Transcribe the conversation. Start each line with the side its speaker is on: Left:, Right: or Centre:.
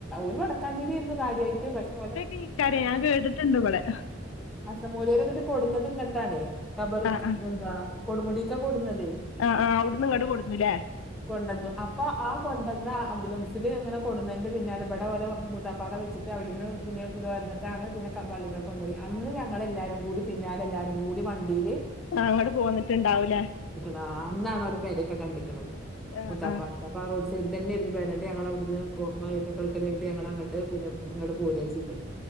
Centre: ഒരു വടക്കാഞ്ചേരിയാരുന്നു കാര്യായിട്ട് പക്ഷേ
Left: ഇൻക്കറിയാ ഞാൻ കേട്ട്ട്ടുണ്ട് ഇബടെ
Centre: ഹസ്സൻ മൂല്യരെ ന്നിട്ട് കൊടുന്നത് ഇങ്ങിട്ടാണ് കബർക്
Left: ആ ആ
Centre: എന്താ കൊടുമുടിക്കാ കൊടുന്നതേ
Left: ആഹ് ആഹ് അവിടന്ന് ഇങ്ങട്ട് കൊടുന്നുല്ലേ
Centre: കൊണ്ടന്നു അപ്പൊ ആ കൊണ്ടന്ന ആംബുലൻസിൽ അങ്ങനെ കൊടുന്നതിന്റെ പിന്നാലെ ബടെ ഓലെ മൂത്താപ്പാട വെച്ച ഇത അവിടുന്ന് പിന്നെ ഇത് ദുആരുന്നട്ടാണ് പിന്നെ പള്ളികൾക്കക്ക് കൊണ്ടയി അന്ന് ഞങ്ങൾ എല്ലാരും കൂടി പിന്നാല എല്ലാരും കൂടി വണ്ടിയില്
Left: ആ ഇങ്ങട് പോന്നിട്ടുണ്ടാവൂലേ
Centre: താ അന്നാണ് ഓലെ പെരൊക്കെ കണ്ടിക്ക്ണത്
Left: ആ
Centre: മുത്താപ്പാട്ത്തെ
Left: ആ
Centre: അപ്പം റോഡ് സൈഡ് തന്നെരുന്നു പെര ന്നട്ട് ഞങ്ങള അവിട്ന്ന് ഓ മയത്തോക്കെ ഇട്ക്കൽ കഴിഞ്ഞിട്ട് ഞങ്ങൾ അങ്ങോട്ട് പിന്നെ ഇങ്ങോട്ട് പോരാ ചെയ്തത്